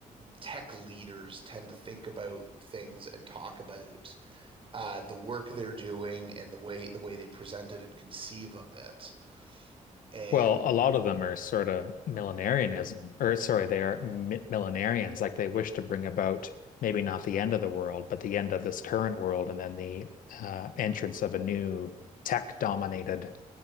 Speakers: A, on the right; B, on the left.
A: tech leaders tend to think about things and talk about uh, the work they're doing and the way the way they present it and conceive of it. And
B: Well, a lot of them are sort of millenarianism, or sorry, they are mi millenarians, like they wish to bring about maybe not the end of the world, but the end of this current world and then the uh entrance of a new tech dominated